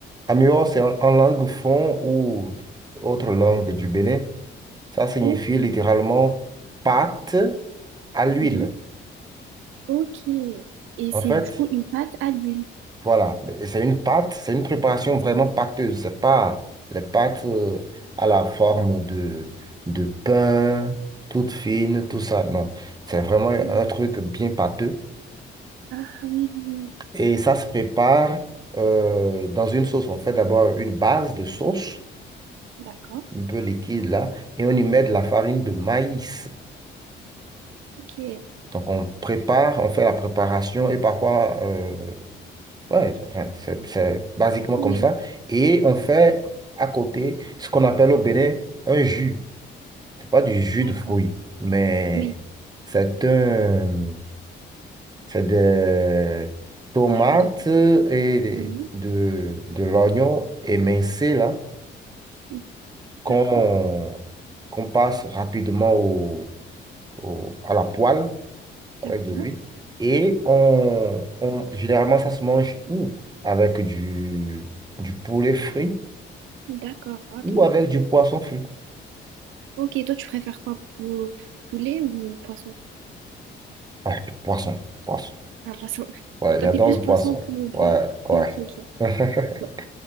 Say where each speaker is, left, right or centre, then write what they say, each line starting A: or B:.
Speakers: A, on the right; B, on the right.
A: Amiwa, c'est en en langue fon ou autre langue du Bénin. Ça signifie
B: Ok.
A: littéralement pâte à l'huile.
B: Mhm. Ok. Et
A: En
B: c'est
A: fait,
B: du coup une pâte à l'huile.
A: voilà. Et c'est une pâte, c'est une préparation vraiment pâteuse. C'est pas les pâtes euh, à la forme de, de pain, toute fine, tout ça. Non. C'est vraiment un
B: Oui.
A: truc bien pâteux.
B: Ah oui, oui, oui.
A: Et ça se prépare euh, dans une sauce. On fait d'abord une base de sauce,
B: D'accord.
A: un peu liquide là, et on y met de la farine de maïs.
B: Ok.
A: Donc, on prépare, on fait la préparation et parfois, euh, ouais, enfin, c'est c'est basiquement
B: Oui.
A: comme ça. Et on fait à côté ce qu'on appelle au Bénin un jus. C'est pas du jus
B: D'accord.
A: de fruits, mais
B: Oui,
A: c'est un, c'est des tomates
B: c'est un jus de quoi?
A: et des-
B: Oui.
A: de, de, l'oignon émincé là
B: Mm.
A: qu'on
B: D'accord.
A: qu'on passe rapidement au, au- à la poêle avec
B: D'accord.
A: de l'huile. Et on, on- généralement, ça se mange ou avec du, du poulet frit
B: D'accord. Ah,
A: ou
B: trop
A: avec
B: bon.
A: du poisson frit.
B: Ok, toi, tu préfères quoi? pou- Poulet ou poisson?
A: Ouais, poisson, poisson.
B: Ah, poisson. <laughs>
A: Ouais,
B: Toi,
A: j'adore
B: t'es plus
A: le
B: poisson
A: poisson.
B: que poulet.
A: Ouais, ouais.
B: Ok, ok.
A: <laughs>
B: Bon.